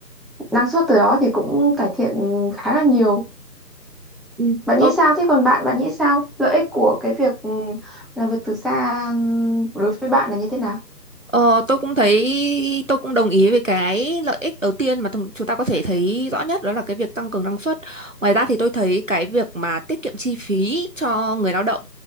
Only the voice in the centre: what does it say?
năng suất từ đó thì cũng cải thiện khá là nhiều
bạn
nghĩ sao thế còn bạn bạn nghĩ sao lợi ích của cái việc ừ, làm việc từ xa ừ, đối với bạn là như thế nào